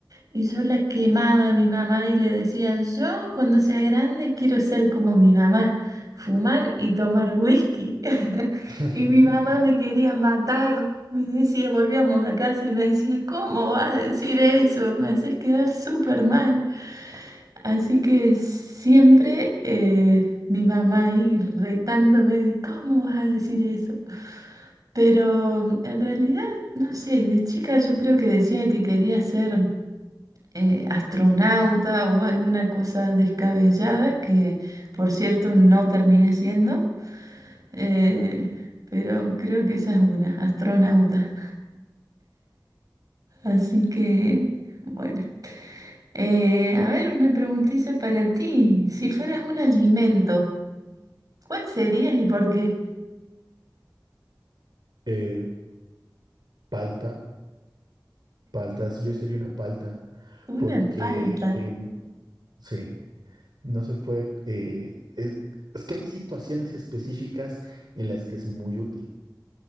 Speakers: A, on the right; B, on the right.
A: Y yo la quemaba a mi mamá y le decían, yo cuando sea grande quiero ser como mi mamá, fumar y tomar whisky. <laughs>
B: <laughs>
A: Y mi mamá me quería matar. Me decía, volvíamos a casa y me decía, ¿cómo vas a decir eso? Me haces quedar súper mal. Así que siempre eh, mi mamá ahí retándome de cómo vas a decir eso. Pero mm, en realidad, no sé, de chica yo creo que decía que quería ser eh, astronauta o alguna cosa descabellada, que por cierto no terminé siendo, eh, pero creo que esa es una, astronauta. Así que, bueno. Eh, a ver, una preguntita para ti. Si fueras un alimento, ¿Cuál serías y por qué?
B: Eh, palta, paltas, yo sería una palta,
A: Una
B: porque,
A: palta.
B: em, sí. No se puede, eh, es, es que hay situaciones específicas en las que es muy útil